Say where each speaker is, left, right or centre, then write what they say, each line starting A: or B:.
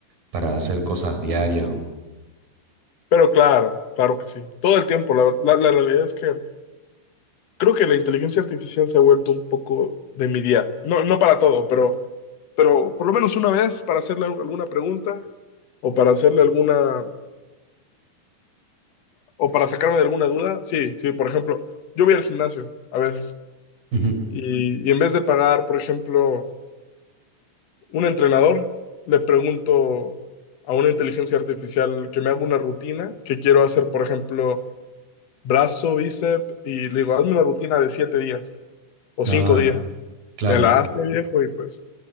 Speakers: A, on the right; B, on the left.
A: para hacer cosas diarias o...
B: Pero claro, claro que sí. Todo el tiempo. La, la- la realidad es que creo que la inteligencia artificial se ha vuelto un poco de mi día. No, no para todo, pero, pero por lo menos una vez para hacerle al- alguna pregunta o para hacerle alguna o para sacarme de alguna duda. Sí, sí, por ejemplo, yo voy al gimnasio a veces
A: Ujú.
B: y, y en vez de pagar, por ejemplo, un entrenador, le pregunto a una inteligencia artificial que me haga una rutina que quiero hacer, por ejemplo brazo, bíceps y le digo, hazme la rutina de siete días o
A: Ah,
B: cinco días.
A: claro.
B: Me la hace viejo y pues